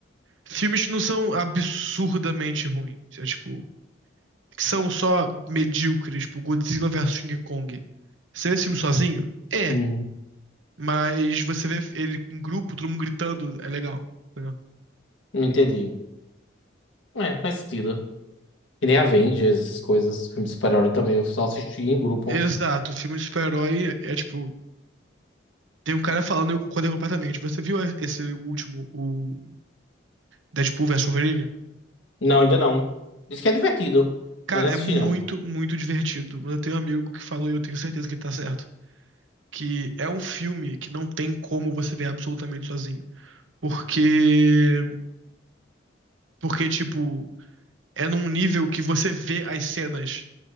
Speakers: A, on the right; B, on the left.
A: Filmes que não são absurdamente ruins. É tipo, que são só medíocres, tipo Godzilla versus King Kong. Você vê esse filme sozinho? É.
B: Hum,
A: Mas você vê ele em grupo, todo mundo gritando, é legal. entendeu?
B: entendi. É, faz sentido. Que nem Avengers, essas coisas, filme de super-herói também, eu só assisti em grupo.
A: Exato, filme de super-herói é tipo. Tem um cara falando, eu concordei completamente. Você viu esse último, o Deadpool versus Wolverine?
B: Não, ainda não. Diz que é divertido,
A: Cara,
B: mas não
A: é
B: assisti
A: muito,
B: não.
A: muito divertido. Mas eu tenho um amigo que falou, e eu tenho certeza que ele tá certo, que é um filme que não tem como você ver absolutamente sozinho. Porque. Porque, tipo, é num nível que você vê as cenas